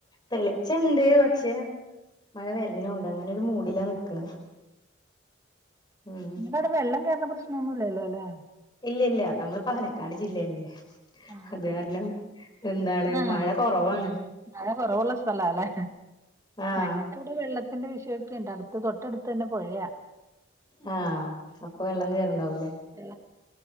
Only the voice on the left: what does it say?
തെളിച്ചണ്ട് പക്ഷെ മഴ വരുന്നുണ്ട് അങ്ങനൊരു മൂടിലാ നിക്കണ് ഉം
ഇല്ല ഇല്ല നമ്മള് പാലക്കാട് ജില്ല ല്ലേ
അത്
കാരണം. എന്താണ്
മഴ കുറവാണ്
ആഹ്
ആഹ് അപ്പൊ വെള്ളം കേറ്ണ്ടാവൂല്ലേ